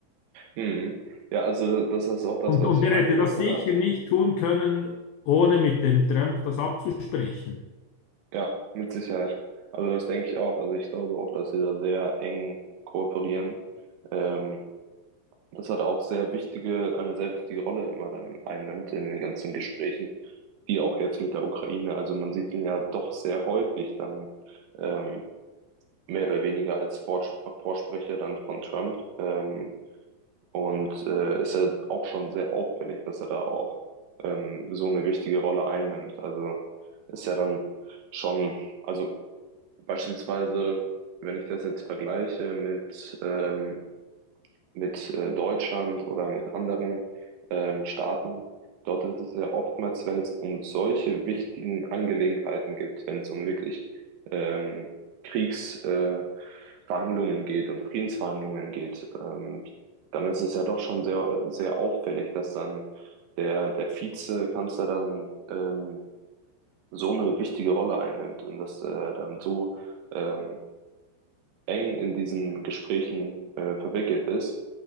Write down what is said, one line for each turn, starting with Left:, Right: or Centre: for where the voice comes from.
Right: Mhm. Ja, also das ist auch das,
Left: Und,
Right: was
Left: und
Right: ich
Left: er
Right: meinte,
Left: hätte
Right: dass
Left: das sicher
Right: er da
Left: nicht tun können, ohne mit dem Trump das abzusprechen.
Right: Ja, mit Sicherheit. Also das denke ich auch. Also ich glaube auch, dass sie da sehr eng kooperieren. Ähm, das hat auch sehr wichtige, eine sehr wichtige Rolle immer dann einnimmt in den ganzen Gesprächen, wie auch jetzt mit der Ukraine. Also man sieht ihn ja doch sehr häufig dann ähm, mehr oder weniger als Vor Vorsprecher dann von Trump. Ähm, und äh, ist ja auch schon sehr auffällig, dass er da auch ähm, so eine wichtige Rolle einnimmt. Also ist ja dann schon, also Beispielsweise, wenn ich das jetzt vergleiche mit, ähm, mit äh, Deutschland oder mit anderen ähm, Staaten, dort ist es ja oftmals, wenn es um solche wichtigen Angelegenheiten gibt, wenn es um wirklich ähm, Kriegsverhandlungen äh, Verhandlungen geht und Friedensverhandlungen geht, ähm, dann ist es ja doch schon sehr, sehr auffällig, dass dann der, der Vizekanzler dann ähm, so eine wichtige Rolle einnimmt und dass er dann so ähm, eng in diesen Gesprächen äh, verwickelt ist.